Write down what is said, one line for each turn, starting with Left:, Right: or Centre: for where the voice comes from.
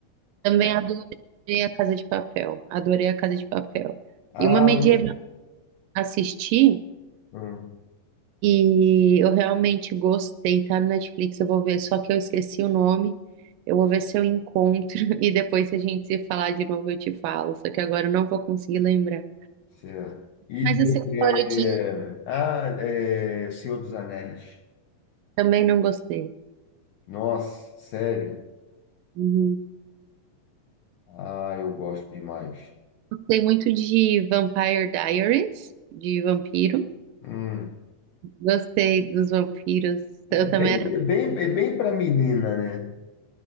Right: Também adorei a Casa de Papel. Adorei a Casa de Papel.
Left: Ah,
Right: E uma medieval
Left: um,
Right: que eu assisti
Left: um,
Right: e eu realmente gostei, tá no Netflix, eu vou ver, só que eu esqueci o nome. Eu vou ver se eu encontro <laughs> e depois se a gente se falar de novo eu te falo, só que agora eu não vou conseguir lembrar.
Left: certo. E
Right: Mas essa história
Left: é,
Right: de
Left: ah, é, Senhor dos Anéis.
Right: também não gostei.
Left: Nossa, sério.
Right: Uhum.
Left: Ah, eu gosto demais.
Right: Gostei muito de Vampire Diaries, de vampiro.
Left: Hum.
Right: Gostei dos vampiros. Eu
Left: É
Right: também
Left: bem, é bem, é bem para menina, né?